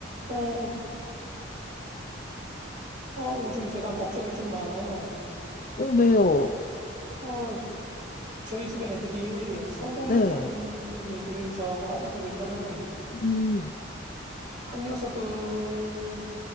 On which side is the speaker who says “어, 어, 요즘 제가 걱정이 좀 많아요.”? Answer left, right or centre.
Right